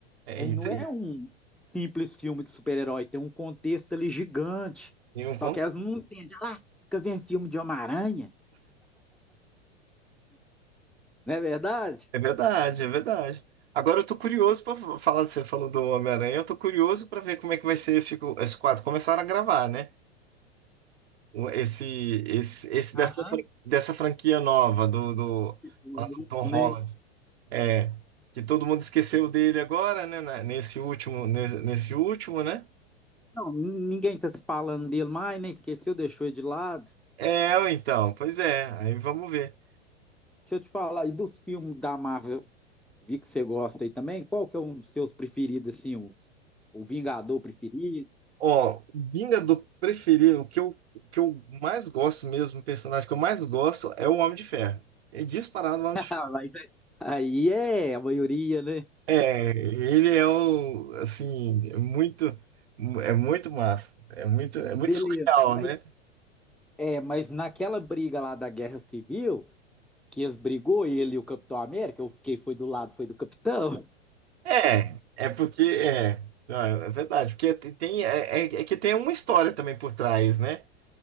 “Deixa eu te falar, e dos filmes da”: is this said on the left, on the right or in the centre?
Centre